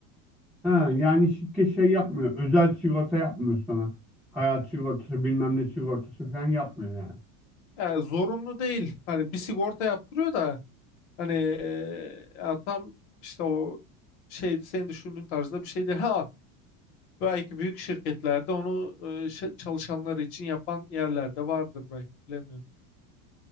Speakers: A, in the centre; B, on the left.
A: Ha, yani şirket şey yapmıyor. Özel sigorta yapmıyor sana. Hayat sigortası bilmem ne sigortası falan yapmıyor yani.
B: Yani zorunlu değil. Hani bir sigorta yaptırıyor da Hani eee, ya tam işte o şeydi senin düşündüğün tarzda bir şeydi. Ha belki büyük şirketlerde onu eee, şe- çalışanları için yapan yerlerde vardır belki bilemiyorum.